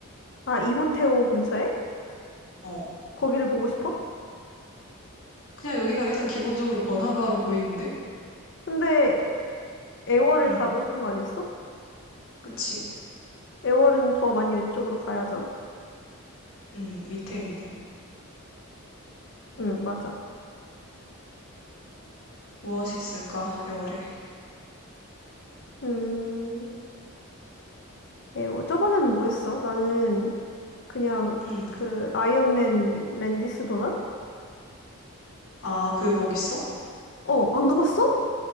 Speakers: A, on the left; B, on the left.
A: 아, 이호태오 근처에?
B: 어.
A: 거기를 보고 싶어?
B: 그냥 여기가 일단 기본적으로 번화가로 보이는데?
A: 근데 애월을
B: 음,
A: 가고 싶은 거 아니었어?
B: 그치?
A: 애월은 더 많이 왼쪽으로 가야 하잖아.
B: 음, 밑에 있네.
A: 응, 맞아.
B: 무엇이 있을까, 애월에.
A: 음, 애월. 저번에는 뭐 했어? 나는 그냥
B: 음.
A: 그 아이언맨 랜디스 도넛?
B: 아, 그게 거기 있어?
A: 어, 안 가봤어?